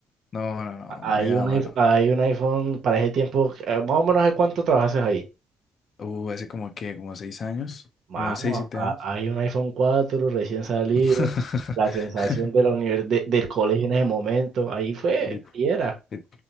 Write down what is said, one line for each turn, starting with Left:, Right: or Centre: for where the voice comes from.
Left: No, no, no,
Right: Hay
Left: no me da
Right: un,
Left: mano.
Right: iPh- hay un iPhone para ese tiempo, eh, más o menos ¿de cuánto trabajaste ahí?
Left: Uh, hace como que, como seis años,
Right: Mano,
Left: como seis, siete
Right: a-
Left: años.
Right: hay un iPhone cuatro recién salido,
Left: <laughs>
Right: la sensación de la univers- de- del colegio en ese momento, ahí fue,
Left: Lit-
Right: ahí era.
Left: lit-